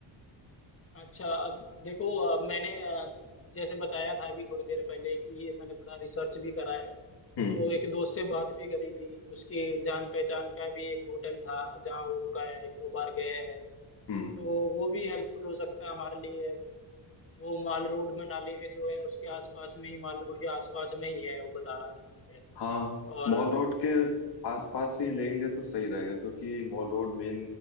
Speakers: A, on the left (about 30°); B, on the left (about 60°).
A: अच्छा अब देखो अ, मैंने अ, जैसे बताया था अभी थोड़ी देर पहले कि ये मैंने थोड़ा रिसर्च भी करा है
B: हम्म
A: तो एक दोस्त से बात भी करी थी उसके जान पहचान का भी एक होटल था जहाँ वो रुका है एक दो बार गया है
B: हम्म
A: तो वो भी हेल्पफुल हो सकता है हमारे लिए वो माल रोड में नाले में जो है उसके आसपास में ही माल रोड के आसपास में ही है वो बता रहा था वहाँ पे
B: हाँ
A: और
B: मॉल रोड के आसपास ही लेंगे तो सही रहेगा क्योंकि मॉल रोड मेन